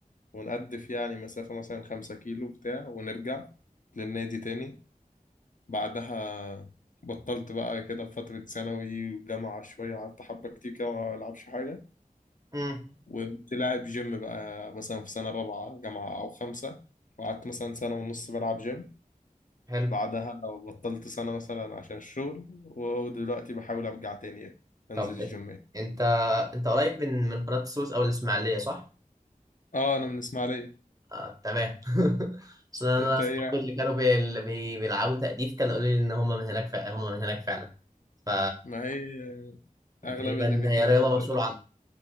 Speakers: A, on the left (about 60°); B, on the right (about 25°).
A: ونقدف يعني مسافة مثلا خمسة كيلو بتاع ونرجع للنادي تاني بعدها بطلت بقى كده في فترة ثانوي وجامعة شوية قعدت حبة كتير كده ما ألعبش حاجة
B: امم
A: وكنت لاعب جيم بقى مثلا في سنة رابعة جامعة أو خمسة وقعدت مثلا سنة ونص بلعب جيم
B: حلو
A: بعدها بطلت سنة مثلا عشان الشغل ودلوقتي بحاول أرجع تاني أنزل
B: طب
A: الجيم
B: ان-
A: يعني.
B: انت انت قريب من من قناه السويس او الاسماعيليه صح
A: اه أنا من إسماعيلية
B: آه تمام <laughs> اصل انا
A: أنت
B: اصحابي
A: إيه يعني؟
B: اللي كانوا بي... اللي بي... بيلعبوا تأديف كانوا قالوا لي ان هم من هناك فعلا هم من هناك فعلا ف
A: ما هي أغلب
B: تقريبا
A: اللي بيتمرن
B: هي رياضه
A: تقديم
B: مشهوره